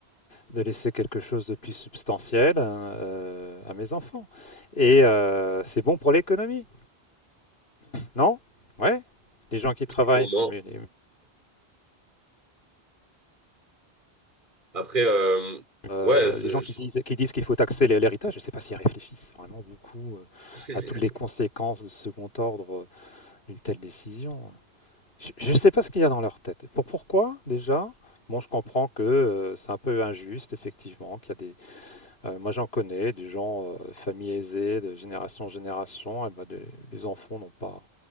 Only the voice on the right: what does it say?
Sûrement.
Après, euh,
ouais, c'est-
<laughs>